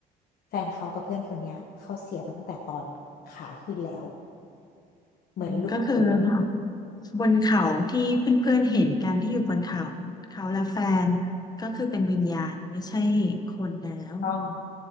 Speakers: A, on the left; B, on the left.
A: แฟนเขากับเพื่อนคนเนี้ยเขาเสียตั้งแต่ตอนขาขึ้นแล้วเหมือนหลุดโค้ง
B: อืมก็คือคบนเขาที่เพื่อนๆเห็นกันที่อยู่บนเขาเขาและแฟนก็คือเป็นวิญญาณไม่ใช่คนแล้ว
A: ต้อง